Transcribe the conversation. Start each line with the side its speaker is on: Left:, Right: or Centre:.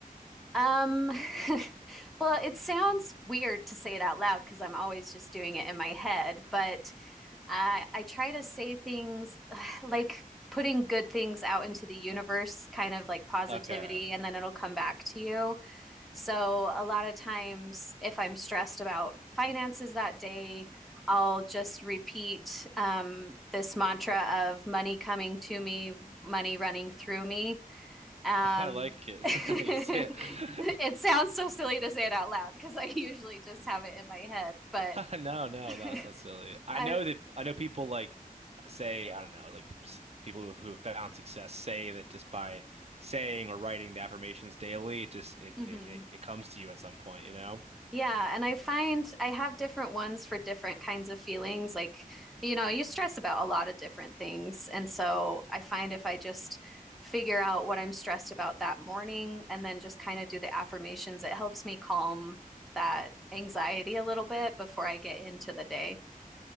Centre: Um, <laughs> well, it sounds weird to say it out loud because I'm always just doing it in my head, but I I try to say things <sighs> like putting good things out into the universe, kind of like positivity,
Right: Okay.
Centre: and then it'll come back to you. So a lot of times, if I'm stressed about finances that day, I'll just repeat um, this mantra of money coming to me, money running through me.
Right: <laughs>
Centre: Um,
Right: I like
Centre: <laughs>
Right: it.
Centre: it
Right: <laughs> Nice. Yeah. <laughs>
Centre: sounds so silly to say it out loud because I usually just have it in my head, but
Right: No, no,
Centre: <laughs>
Right: no, it's not silly. I
Centre: I,
Right: know that I know people like say, I don't know, like s- people who've, who've found success say that just by saying or writing the affirmations daily, it just it
Centre: mhm.
Right: it, it it comes to you at some point, you know?
Centre: Yeah, and I find I have different ones for different kinds of feelings. Like, you know, you stress about a lot of different things. And so I find if I just figure out what I'm stressed about that morning and then just kind of do the affirmations, it helps me calm that anxiety a little bit before I get into the day.